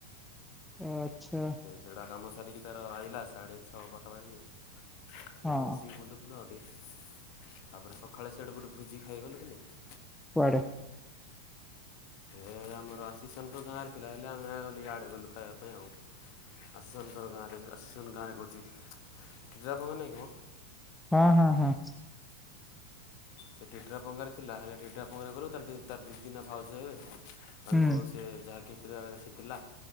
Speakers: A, in the centre; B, on the left.
A: ଆଚ୍ଛା।
B: ଗେଡା କାମ ସାରିକି ତାର ଆଇଲା ସାଢ଼େ ଛଅ ପାଖାପାଖି ତାପରେ
A: ହଁ
B: ମିଶିକି ବୁଲୁ ନୋ ରିକ୍ସ ତାପରେ ସକାଳେ ସିଆଡୁ ଗୋଟେ ଭୋଜି ଖାଇଗଲୁ କି ନାଇଁ।
A: କୁଆଡ଼େ?
B: ଏ ଆମର ଆଶିଷନଙ୍କ ଗାଁ ରେ ଥିଲା ହେଲେ ଆମେ ଗଲେ ଇଆଡେ ଗଲୁ ଖାଇବା ପାଇଁ ଆଉ। ଆଶୀଷନଙ୍କର ଗାଁରେ ଜ ଆଶୀଷନ ଗାଁ କହୁଛି ଟିଟ୍ରା ପଙ୍ଗା ନାଇଁ କିମ?
A: ହଁ ହଁ ହଁ।
B: ସେ ଟିଟ୍ରା ପଙ୍ଗାରେ ଥିଲା ହେଲେ ଟିଟ୍ରା ପଙ୍ଗାରେ ଗଲୁ ତାର ଦି ତାର ଦିଦି ନା ଭାଉଜ ହେବେ ତାଙ୍କୁ
A: ହୁଁ
B: ସେ ଯାହା ଗିଫ୍ଟ ଦେବା କଥା ସେ ଦେଲା